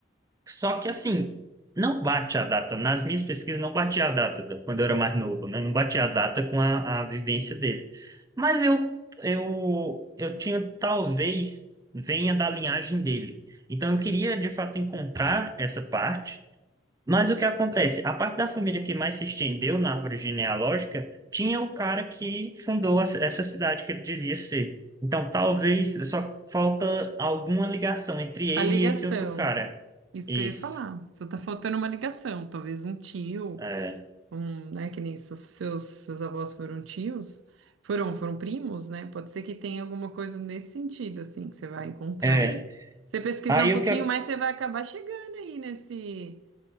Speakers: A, on the right (about 20°); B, on the right (about 85°).
A: Só que assim, não bate a data. Nas minhas pesquisas não batia a data, do- quando eu era mais novo, né? Não batia a data com a, a vivência dele. Mas eu, eu, eu tinha, talvez, venha da linhagem dele. Então eu queria, de fato, encontrar essa parte mas o que acontece? A parte da família que mais se estendeu na árvore genealógica tinha o cara que fundou a- essa cidade que ele dizia ser. Então, talvez só falta alguma ligação entre ele
B: A ligação,
A: e esse outro cara.
B: isso
A: Isso.
B: que eu ia falar. Só tá faltando uma ligação, talvez um tio
A: É.
B: um, né, que nem seus, seus, seus avós foram tios, foram, foram primos, né? Pode ser que tenha alguma coisa nesse sentido, assim, que você vai encontrar
A: É.
B: aí. Você pesquisar
A: Aí
B: um pouquinho
A: o que
B: mais, você vai acabar chegando aí nesse,